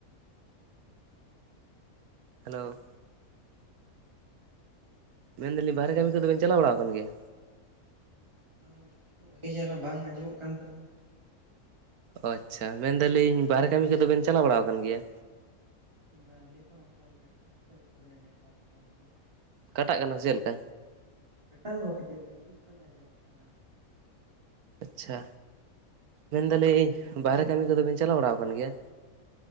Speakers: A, on the right; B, on the right.
A: ᱦᱟᱞᱳ ᱢᱮᱱᱫᱟᱞᱤᱧ ᱵᱟᱦᱨᱮ ᱠᱟᱹᱢᱤ ᱠᱚᱫᱚᱵᱮᱱ ᱪᱟᱞᱟᱣ ᱵᱟᱲᱟ ᱟᱠ ᱠᱟᱱ ᱜᱮᱭᱟ?
B: <unintelligible> ᱵᱷᱟᱜᱮ ᱪᱮᱦᱨᱟ ᱵᱟᱝ ᱟᱸᱡᱚᱢᱚᱜ ᱠᱟᱱ ᱛᱟᱵᱮᱱᱟ᱾
A: ᱚ ᱟᱪᱪᱷᱟ ᱢᱮᱱᱫᱟᱞᱤᱧ ᱵᱟᱦᱨᱮ ᱠᱟᱹᱢᱤ ᱠᱚᱫᱚ ᱵᱮᱱ ᱪᱟᱞᱟᱣ ᱵᱟᱲᱟ ᱟᱠᱟᱱ ᱜᱮᱭᱟ?
B: ᱵᱟᱝ ᱱᱤᱛᱦ ᱦᱚᱸ ᱚᱝᱠᱟᱜᱮ ᱠᱟᱹᱴᱤᱡ <unintelligible>
A: ᱠᱟᱴᱟᱜ ᱠᱟᱱᱟ ᱥᱮ ᱪᱮᱜ ᱞᱮᱠᱟ?
B: ᱠᱟᱴᱟᱣ ᱫᱚ ᱵᱟᱝ ᱠᱟᱹᱴᱤᱡ ᱢᱟᱱᱮ ᱠᱷᱤᱡ ᱠᱷᱚᱡ ᱟᱸᱡᱚᱢᱚᱜ ᱠᱟᱱᱟᱠ᱾
A: ᱟᱪᱪᱷᱟ ᱢᱮᱱᱫᱟᱞᱤᱧ ᱵᱟᱦᱨᱮ ᱠᱟᱹᱢᱤ ᱠᱚᱫᱚ ᱵᱮᱱ ᱪᱟᱞᱟᱣ ᱵᱟᱲᱟᱣ ᱠᱟᱱ ᱜᱮᱭᱟ?